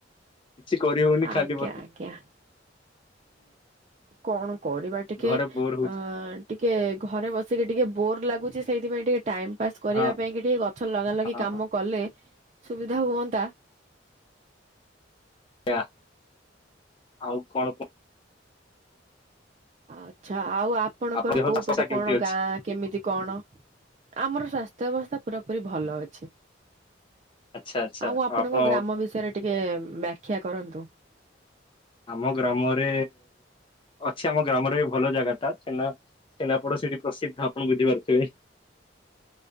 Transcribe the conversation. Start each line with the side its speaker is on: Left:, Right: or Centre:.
Left: କିଛି କରିହଉନି
Right: ଆଜ୍ଞା
Left: ଖାଲି ବ
Right: ଆଜ୍ଞା। କଣ କରିବା ଟିକେ
Left: ଘରେ ବୋର ହଉଛି
Right: ଅ ଟିକେ ଘରେ ବସିକି ଟିକେ ବୋର୍ ଲାଗୁଚି ସେଇଥିପାଇଁ ଟିକେ ଟାଇମ ପାସ୍ କରିବା
Left: ହଁ
Right: ପାଇଁ କି ଟିକେ ଗଛ ଲଗା ଲଗି
Left: ହଁ
Right: କାମ
Left: ହଁ
Right: କଲେ ସୁବିଧା ହୁଅନ୍ତା।
Left: ଆ ଆଉ କଣ କ
Right: ଆଛା ଆଉ ଆପଣଙ୍କର
Left: ଆପଣ ଦେହ
Right: କୋଉ
Left: ସ୍ୱାସ୍ଥ୍ୟ
Right: ପଟେ
Left: କେମିତି
Right: କଣ
Left: ଅଛି?
Right: ଗାଁ? କେମିତି କଣ ଆମର ସ୍ୱାସ୍ଥ୍ୟ ଅବସ୍ଥା ପୁରା ପୁରୀ ଭଲ ଅଛି।
Left: ଆଚ୍ଛା ଆଚ୍ଛା।
Right: ଆଉ ଆପଣଙ୍କ
Left: ଆପଣ
Right: ଗ୍ରାମ ବିଷୟରେ ଟିକେ ବ୍ୟାଖ୍ୟା କରନ୍ତୁ?
Left: ଆମ ଗ୍ରାମରେ ଅଛି ଆମ ଗ୍ରାମରେ ଭଲ ଜାଗା ଟା ସେନା ଛେନାପୋଡ ସେଇଠି ପ୍ରସିଦ୍ଧ ଆପଣ ବୁଝିପାରୁଥିବେ।